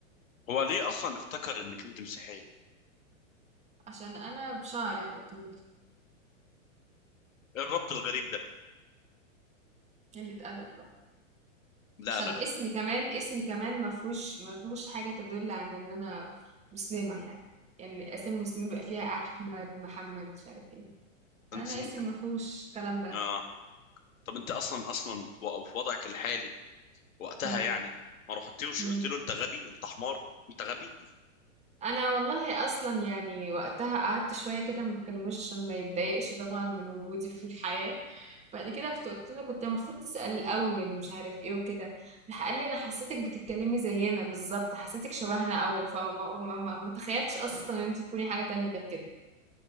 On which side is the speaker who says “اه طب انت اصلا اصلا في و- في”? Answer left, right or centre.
Left